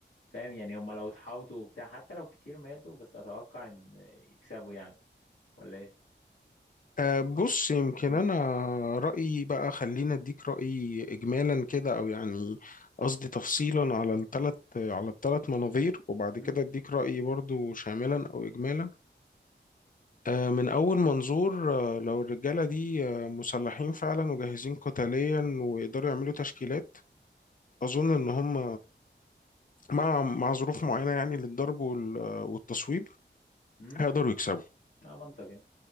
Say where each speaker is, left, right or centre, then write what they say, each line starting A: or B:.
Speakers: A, on the left; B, on the left.
A: فاهم يعني هم لو اتحاوطوا وبتاع حتى لو كتير ماتوا بس أتوقع إن يكسبوا يعني ولا إيه؟
B: أه، بص يمكن
A: مم.
B: أنا رأيي بقى خلينا أديك رأيي إجمالا كده أو يعني قصدي تفصيلا على الثلاث على الثلاث مناظير وبعد
A: مم.
B: كده أديك رأيي برضو شاملا أو إجمالا أه، من أول منظور أه، لو الرجالة دي أه، مسلحين فعلا وجاهزين قتاليا ويقدروا يعملوا تشكيلات أظن إن هم مع مع ظروف معينة يعني للضرب وال- والتصويب
A: مم.
B: هيقدروا يكسبوا
A: اه منطقي